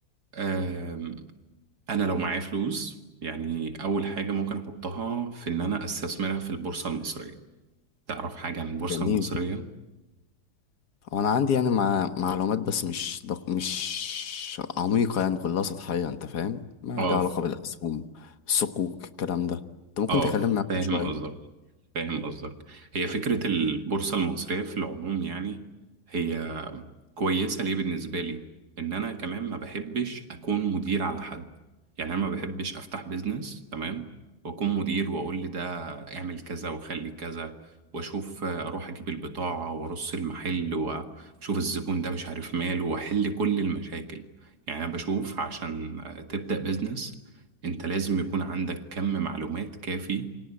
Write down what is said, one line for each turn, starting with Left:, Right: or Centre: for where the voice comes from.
Right: أم... انا لو معايا فلوس يعني اول حاجة ممكن احطها في ان انا استثمرها في البورصة المصرية تعرف حاجة عن البورصة
Left: جميل
Right: المصرية
Left: هو أنا عندي يعني مع... معلومات بس مش دق... مش عميقة يعني كلها سطحية أنت فاهم؟ ما
Right: اه
Left: لها علاقة
Right: ف-
Left: بالأسهم الصكوك الكلام ده أنت ممكن
Right: اه
Left: تكلمنا عنها
Right: فاهم
Left: شوية
Right: قصدك فاهم قصدك هي فكرة البورصة المصرية في العموم يعني هي كويسة ليه بالنسبة لي إن أنا كمان ما بحبش أكون مدير على حد يعني أنا ما بحبش أفتح بيزنس تمام وأكون مدير وأقول لي ده اعمل كذا وخلي كذا وأشوف آه، أروح أجيب البضاعة وأرص المحل وأشوف الزبون ده مش عارف ماله وأحل كل المشاكل يعني أنا بشوف عشان آه، تبدأ بيزنس أنت لازم يكون عندك كم معلومات كافي